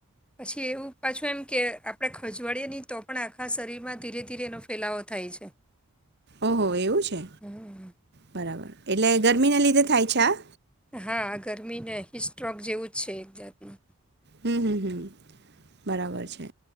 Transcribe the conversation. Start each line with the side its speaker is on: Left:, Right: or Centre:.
Centre: પછી એવું પાછું એમ કે આપણે ખજવાડીએની, તો પણ આખા શરીરમાં ધીરે ધીરે એનો ફેલાવો થાય છે.
Right: ઓહો એવું છે
Centre: હમ.
Right: બરાબર એટલે ગરમી ના લીધે થાય છે આ
Centre: હા ગરમીને હિસ્ટ્રોક જેવું જ છે એક જાતનું
Right: હમ્મ, હમ્મ, હમ્મ, બરાબર છે.